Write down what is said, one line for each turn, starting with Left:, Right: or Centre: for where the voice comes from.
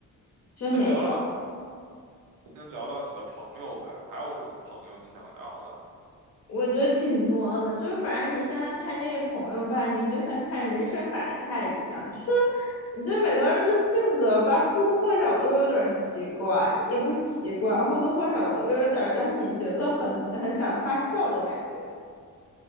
Left: 真没有。
Right: 先聊聊先聊聊你的朋友呗，还有什么朋友你想聊的？
Left: 我觉得挺多的，就是反正你现在看这些朋友吧，你就像看人生百态一样，就是你觉得每个人的性格吧，或多或少都有点儿奇怪，也不是奇怪，或多或少都有点儿让你觉得很很想发笑的感觉。